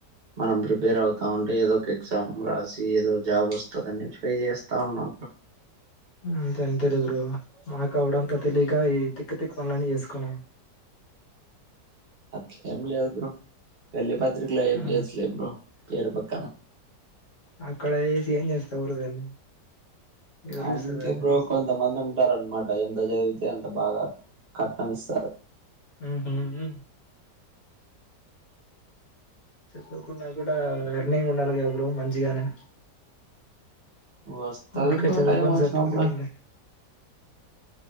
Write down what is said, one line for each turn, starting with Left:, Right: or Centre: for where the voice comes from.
Right: మనం ప్రిపేర్ అవుతా ఉంటే ఏదో ఒక ఎగ్జామ్ రాసి ఏదో జాబ్ వస్తుందని ట్రై చేస్తా ఉన్నా
Left: అంతే అంతే లె బ్రో మాకు అపుడంతా తెలియక ఈ తిక్క తిక్ పనులన్నీ చేసుకున్నాం
Right: అట్లేం లేదు బ్రో పెళ్లి పత్రికలో ఏపియచ్చలే
Left: ఆ,
Right: బ్రో పేరు పక్కన
Left: అక్కడ ఏసి ఏం చేస్తా బ్రో దాన్ని ఎవరు
Right: అంతే
Left: చూస్తారు దాన్ని
Right: బ్రో కొంతమంది ఉంటారనమాట ఎంత జదివితే అంత బాగా కట్నం ఇస్తారు
Left: మ్ హు హు చదువుకున్న కూడా ఎర్నింగ్ ఉండాలి కదా బ్రో మంచిగానే
Right: వస్తది
Left: ఊర్కే
Right: బ్రో
Left: చదువుకోని
Right: టైం వచ్చినప్పుడు
Left: సర్ఫికట్ ఉంటే